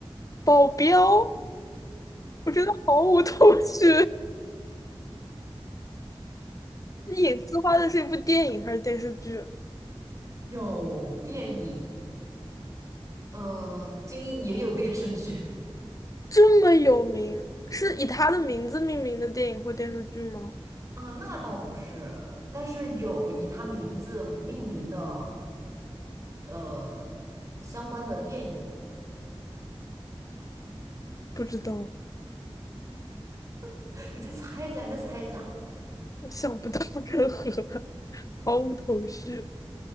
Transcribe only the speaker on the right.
有电影，呃，今也有电视剧，
<laughs> 嗯、那倒不是，但是有以他名字命名的。呃相关的电影。
<laughs> 你再猜一下，你再猜一下，